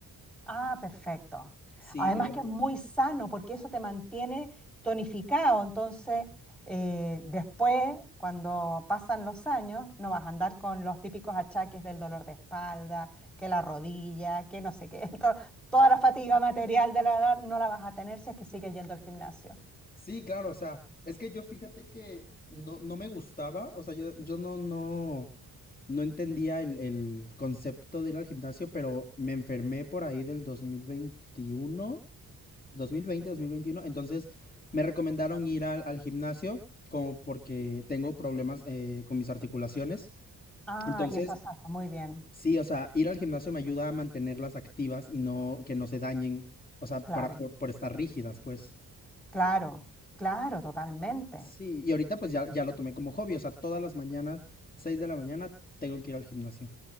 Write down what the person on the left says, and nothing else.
Sí,
pero...
Sí, claro, o sea, es que yo fíjate que no, no me gustaba, o sea, yo, yo no, no, no entendía el, el concepto de ir al gimnasio, pero me enfermé por ahí del 2021, 2020, 2021, entonces me recomendaron ir al, al gimnasio como porque tengo problemas eh, con mis articulaciones.
Entonces,
Sí, o sea, ir al gimnasio me ayuda a mantenerlas activas y no que no se dañen, o sea,
para por, por estar rígidas, pues.
Sí, y ahorita pues ya, ya lo tomé como hobby, o sea, todas las mañanas, 6 de la mañana, tengo que ir al gimnasio.